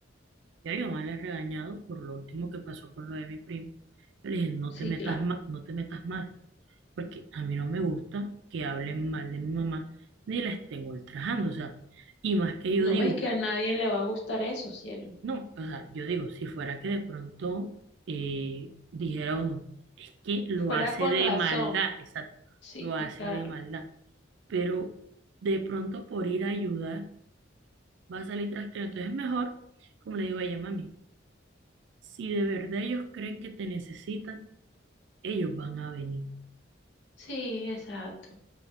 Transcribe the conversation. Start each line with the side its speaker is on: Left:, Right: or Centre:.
Right: ya mi mamá le ha regañado por lo último que pasó con lo de mi primo. Yo le dije, no
Left: Sí,
Right: te metas
Left: claro.
Right: más, no te metas más. porque a mí no me gusta que hablen mal de mi mamá ni la estén ultrajando, o sea, y más que yo
Left: No
Right: digo,
Left: es que a nadie le va a gustar eso, cielo.
Right: no, o sea, yo digo, si fuera que de pronto eh, dijera uno, es que lo
Left: Fuera
Right: hace
Left: con
Right: de
Left: razón.
Right: maldad, exacto,
Left: Sí,
Right: lo hace
Left: claro.
Right: de maldad, pero de pronto por ir a ayudar va a salir trasteado, entonces es mejor, como le digo a ella, mami, si de verdad ellos creen que te necesitan, ellos van a venir.
Left: Sí, exacto.